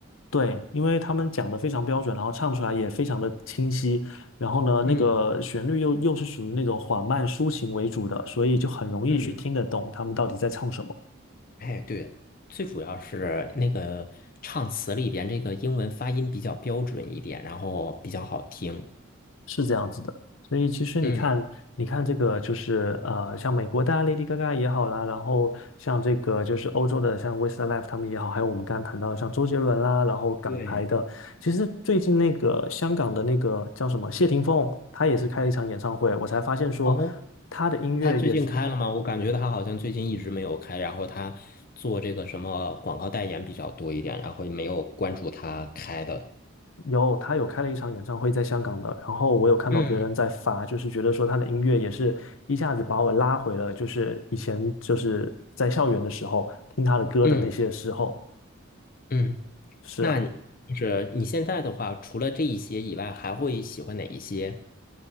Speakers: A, on the left; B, on the left.
A: 对，因为他们讲的非常标准，然后唱出来也非常的清晰，然后呢，
B: 嗯
A: 那个旋律又又是属于那种缓慢抒情为主的，所以就很容易去听得懂他们到底在唱什么。
B: 嗯，哎，对，最主要是那个唱词里边这个英文发音比较标准一点，然后比较好听。
A: 是这样子的，所以其实你看，
B: 嗯，
A: 你看这个就是呃，像美国的啊 Lady Gaga 也好啦，然后像这个就是欧洲的像 Westlife 他们也好，还有我们刚刚谈到的像周杰伦啦，然后港台的，
B: 对。
A: 其实最近那个香港的那个叫什么谢霆锋，他也是开了一场演唱会，我才发现说他的音乐也是
B: 哦，他最近开了吗？我感觉他好像最近一直没有开，然后他做这个什么广告代言比较多一点，然后也没有关注他开的。
A: 有，他有开了一场演唱会在香港的，然后我有看到别人在发，
B: 嗯
A: 就是觉得说他的音乐也是一下子把我拉回了，就是以前就是在校园的时候听他的歌的那些时候。
B: 嗯嗯，
A: 是啊，
B: 那你就是你现在的话，除了这一些以外，还会喜欢哪一些？